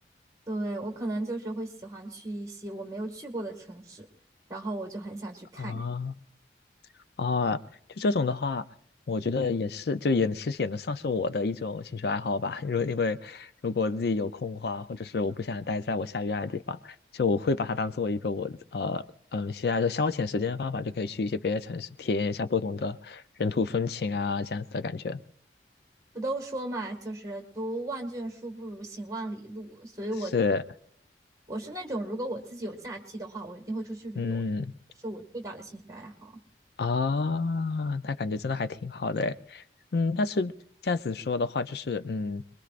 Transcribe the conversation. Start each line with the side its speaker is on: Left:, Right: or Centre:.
Right: 对，我可能就是会喜欢去一些我没有去过的城市，然后我就很想去看一
Left: 啊，啊，就这种的话，我觉得也是，就也其实也能算是我的一种兴趣爱好吧。如因为如果自己有空的话，或者是我不想待在我下雨爱的地方，就我会把它当做一个我呃嗯现在的消遣时间的方法，就可以去一些别的城市体验一下不同的人土风情啊，这样子的感觉。
Right: 不都说嘛，就是读万卷书不如行万里路，所以我
Left: 是，
Right: 我是那种如果我自己有假期的话，我一定会出去旅游，
Left: 嗯。
Right: 是我最大的兴趣爱好。
Left: 啊，那感觉真的还挺好的诶。嗯，但是这样子说的话，就是嗯，